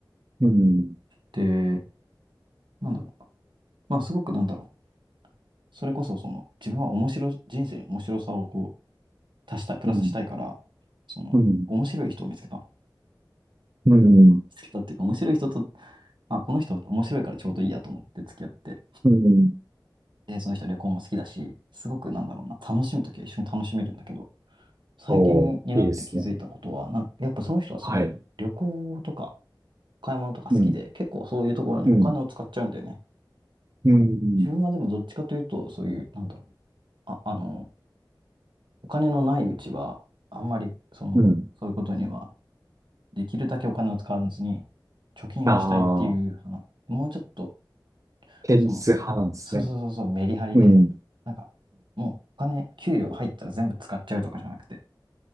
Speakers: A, on the right; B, on the right.
A: うん。
B: で、なんだろうな。まあすごくなんだろう。それこそその、自分は面白、人生に面白さをこう、足したい、プラスしたいから、
A: うん。
B: その、
A: うん。
B: 面白い人を見つけた。見
A: うん。
B: つけたっていうか、面白い人と、まあ、この人面白いからちょうどいいやと思って付き合って、
A: うん
B: で、その人は旅行も好きだし、すごくなんだろうな、楽しむときは一緒に楽しめるんだけど、最近になって気づいたことは、
A: おー、いいですね。
B: な、やっぱその人はその、
A: はい。
B: 旅行とか、買い物とか好きで、
A: うん。
B: 結構そういうところにお金を使っちゃうんだよね。
A: うん。うん。
B: 自分はでもどっちかというと、そういう、なんだろう、あ、あの、お金のないうちは、あんまり、その、
A: うん。
B: そういうことにはできるだけお金を使わずに貯金をしたいっていう話、
A: ああ、
B: もうちょっと、
A: 現実派なんですね。
B: その、そうそうそうそう、メリハリで、
A: うん。
B: なんか、もうお金、給料入ったら全部使っちゃうとかじゃなくて、